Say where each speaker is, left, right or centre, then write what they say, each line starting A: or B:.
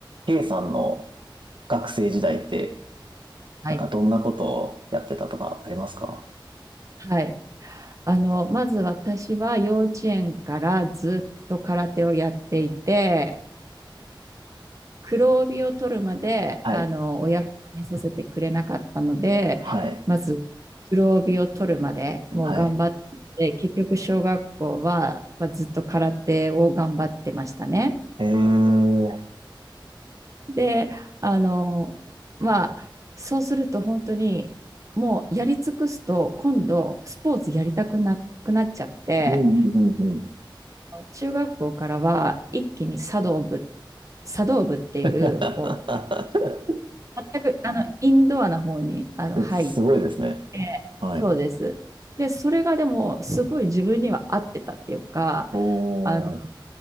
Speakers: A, on the right; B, on the right.
A: K さんの学生時代って、
B: はい。
A: なんかどんなことをやってたとかありますか
B: はい。あの、まず私は幼稚園からずっと空手をやっていて、黒帯を取るまで、
A: はい、
B: あの、親が辞めさせてくれなかったので、
A: はい、
B: まず黒帯を取るまでもう頑張って、
A: はい。
B: 結局小学校は、まあずっと空手を頑張ってましたね。
A: えーうん、
B: で、あの、まあ、そうすると本当にもうやり尽くすと今度スポーツやりたくなくなっちゃって、
A: うん、うん、うん。
B: 中学校からは一気に茶道部、茶道部っていう、
A: <laughs>
B: こう、全くあのインドアな方にあの入っ
A: え、すごいですね。
B: て、
A: はい。
B: そうです。で、それがでもすごい自分には合ってたっていうか、
A: お
B: あの、
A: ー、